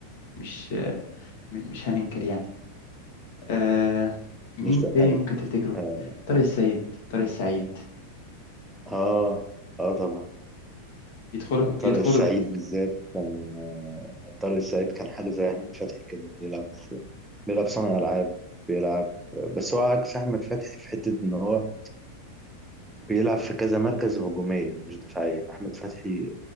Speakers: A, on the left; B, in the centre.
A: مش م- مش هننكر يعني آه مين
B: لسه
A: تاني
B: حقيقي
A: ممكن تفتكره
B: اه
A: طارق السيد طارق السعيد
B: اه آه، طبعا
A: يدخلوا
B: طارق
A: يدخلوا
B: السعيد
A: في-
B: بالذات كان آه، طارق السعيد كان حاجة زي أحمد فتحي كده بيلعب بيلعب صانع ألعاب بيلعب بس هو عكس أحمد فتحي في حتة إن هو بيلعب في كذا مركز هجومية مش دفاعية أحمد فتحي